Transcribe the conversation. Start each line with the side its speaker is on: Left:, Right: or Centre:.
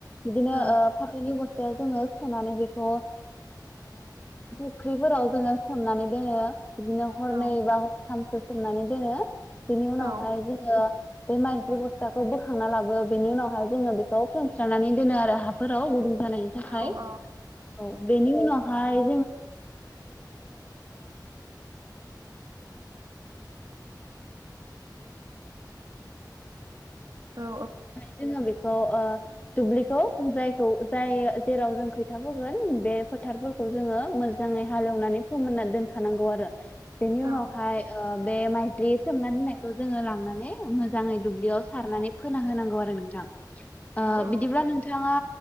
Left: बिदिनो
Right: औ
Left: ओ फार बेनि अबस्थायाव जोङो सोनानै बेखौ फुख्रिफोराव जोङो सोमनानै दोनो बिदिनो हरनै
Right: औ
Left: एबा हरथामसो सोमनानै दोनो बेनि उनावहाय
Right: औ
Left: जोङो बे माइज्लि बस्थाखौ बोखांना लाबो बेनि उनावहाय जोङो बेखौ खेवस्रानानै दोनो आरो हाफोर राव जानायनि थाखाय
Right: औ औ
Left: औ बेनि उनाव <inaudible> बेनि उनावहाय
Right: औ
Left: जोङो बे ओ ओ दुब्लिखौ बुजाय खौ जाय जेराव जों खैथा फोगोन बे फोथारफोरखौ जोङो मोजाङै हालेवनानै फोमोनना दोनखानांगौ आरो बेनि उनावहाय
Right: औ
Left: बे माइथ्रि सोमना दोननायखौ जोङो लांनानै मोजाङै दुब्लियाव सारनानै फोना होनांगौ आरो नोंथां।
Right: औ
Left: बिदिब्ला नोंथाङा